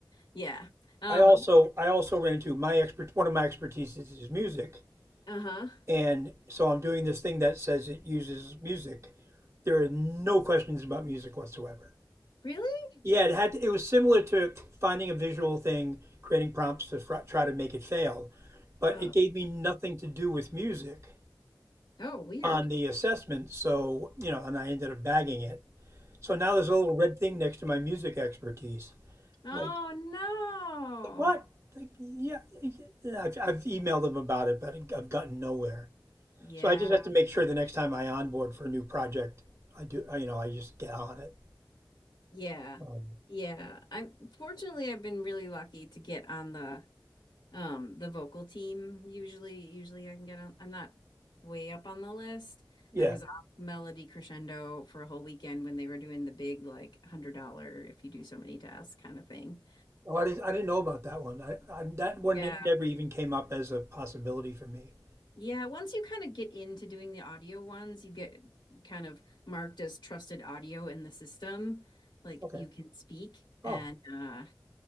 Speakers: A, on the left; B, on the right.
A: Yeah. Um,
B: I also I also ran into my expert one of my expertise is is music.
A: uh-huh.
B: And so I'm doing this thing that says it uses music. There are no questions about music whatsoever.
A: Really?
B: Yeah, it had it was similar to finding a visual thing, creating prompts to fr- try to make it fail, but
A: Oh,
B: it gave me nothing to do with music
A: oh, weird.
B: on the assessment. So you know, and I ended up bagging it. So now there's a little red thing next to my music expertise.
A: Oh
B: I'm like,
A: no.
B: like what? Like, yeah, yeah, I've, I've emailed them about it, but I've gotten nowhere.
A: Yeah.
B: So I just have to make sure the next time I onboard for a new project, I do, I, you know, I just get on it.
A: Yeah.
B: Um,
A: Yeah. I fortunately I've been really lucky to get on the um the vocal team. Usually usually I can get on I'm not way up on the list.
B: yeah.
A: I was off Melody Crescendo for a whole weekend when they were doing the big like one hundred dollar if you do so many tasks kind of thing.
B: Oh, I didn't, I didn't know about that one. I, I that one
A: Yeah.
B: it never even came up as a possibility for me.
A: Yeah, once you kind of get into doing the audio ones, you get kind of marked as trusted audio in the system. Like
B: Okay.
A: you can speak
B: Oh,
A: and uh